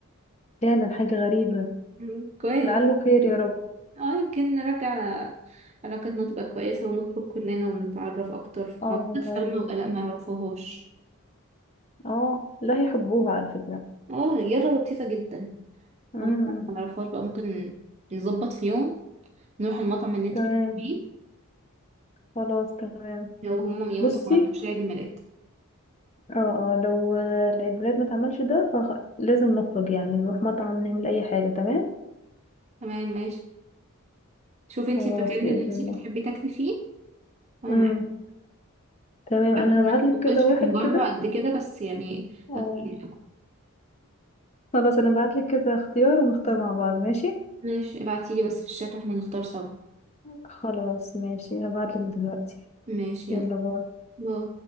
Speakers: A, on the left; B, on the right.
A: فعلا حاجة غريبة
B: <laughs> مم، كويس
A: لعله خير يا رب
B: اه يمكن نرجع علاقتنا تبقى كويسة ونخرج كلنا ونتعرف أكتر
A: اه
B: ما
A: والله
B: أعتقد سلمى
A: يا بنتي
B: وآلاء ما يعرفوهاش
A: اه لا هيحبوها على فكرة
B: اه رياضة لطيفة جدا
A: امم
B: هم ما يعرفوهاش بقى ممكن نظبط في يوم نروح المطعم اللي انت
A: تمام
B: بتحبيه
A: خلاص تمام
B: لو هم لو
A: بصي
B: انتوا ما عملتوش عيد الميلاد
A: اه اه لو آه، العيد ميلاد ما اتعملش ده فلازم نخرج يعني نروح مطعم نعمل اي حاجة تمام
B: تمام ماشي شوفي انت
A: خلاص
B: المكان
A: بإذن
B: اللي انت
A: الله
B: بتحبي تاكلي فيه وانا
A: امم
B: معاكي
A: تمام انا
B: أعرف إن
A: هبعتلك
B: أنا ما باكلش
A: كده واحد
B: من بره
A: كده
B: قد كده بس يعني
A: اه
B: هاكل معاكم
A: خلاص انا بعتلك كذا اختيار ونختار مع بعض ماشي
B: ماشي ابعتيلي بس في الشات واحنا نختار سوا
A: خلاص ماشي هبعتلك دلوقتي
B: ماشي
A: يلا
B: يلا
A: باي
B: باي